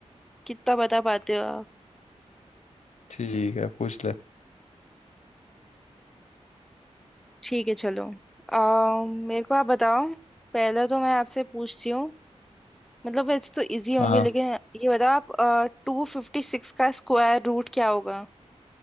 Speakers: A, in the centre; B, on the left.
A: कितना बता पाते हो आप
B: ठीक है पूछ ले
A: ठीक है चलो आ, मेरे को आप बताओ पहला तो मैं आपसे पूछती हूँ मतलब वैसे तो इजी होंगे
B: हाँ
A: लेकिन ये बताओ आप टू फिफ्टी सिक्स का स्क्वायर रूट क्या होगा